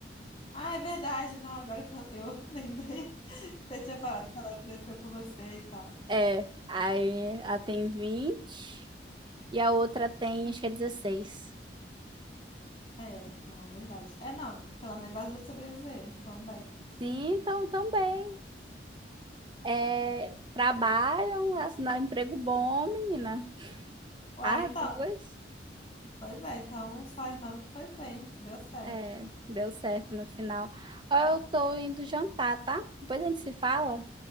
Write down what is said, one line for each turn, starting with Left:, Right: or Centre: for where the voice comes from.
Left: Ah, é verdade, não, agora que eu eu <laughs> lembrei que você tinha falado que ela cresceu com você e tal.
Right: É, aí a tem 20 e a outra tem, acho que é 16.
Left: É, não, verdade. É, não. Pelo menos as duas sobreviveram também.
Right: Sim, então também. É, trabalham, assinaram emprego bom, menina.
Left: Uai,
Right: As
Left: então.
Right: duas.
Left: Pois é, então sua irmã foi bem, deu certo.
Right: É, deu certo no final. Ó, eu tô indo jantar, tá? Depois a gente se fala.